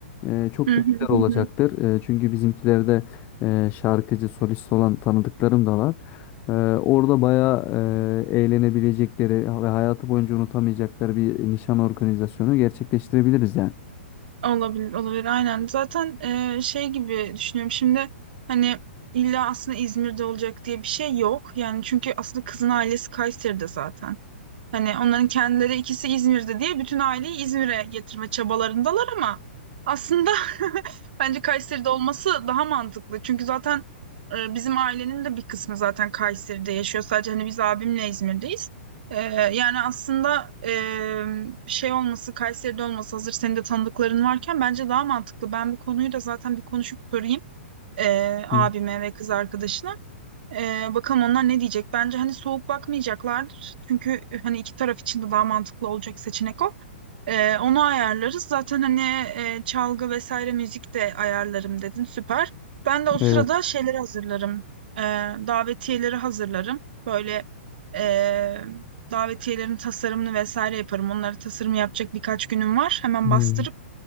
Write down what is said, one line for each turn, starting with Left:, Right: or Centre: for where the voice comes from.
Left: Eee, çok
Right: Hı
Left: da
Right: hı
Left: güzel
Right: hı.
Left: olacaktır.
Right: hı.
Left: Eee, çünkü bizimkilerde eee, şarkıcı solist olan tanıdıklarım da var. Ee, orada bayağı e, eğlenebilecekleri ve hayatı boyunca unutamayacakları bir nişan organizasyonu gerçekleştirebiliriz yani.
Right: Olabilir, olabilir. Aynen. Zaten e, şey gibi düşünüyorum şimdi hani illa aslında İzmir'de olacak diye bir şey yok. Yani çünkü aslında kızın ailesi Kayseri'de zaten. Hani onların kendileri ikisi İzmir'de diye bütün aileyi İzmir'e getirme çabalarındalar ama aslında <laughs> bence Kayseri'de olması daha mantıklı. Çünkü zaten e, bizim ailenin de bir kısmı zaten Kayseri'de yaşıyor. Sadece hani biz abimle İzmir'deyiz. E, yani aslında e, şey olması, Kayseri'de olması hazır senin de tanıdıkların varken bence daha mantıklı. Ben bu konuyu da zaten bir konuşup sorayım e, abime
Left: Hı,
Right: ve kız arkadaşına. Ee, bakalım onlar ne diyecek? Bence hani soğuk bakmayacaklardır. Çünkü hani iki taraf için de daha mantıklı olacak seçenek o. Ee, onu ayarlarız. Zaten hani e, çalgı vesaire müzik de ayarlarım dedin. Süper. Ben de o sırada
Left: evet.
Right: şeyleri hazırlarım. Ee, davetiyeleri hazırlarım. Böyle e, davetiyelerin tasarımını vesaire yaparım. Onları tasarım yapacak birkaç günüm var. Hemen
Left: Hı,
Right: bastırıp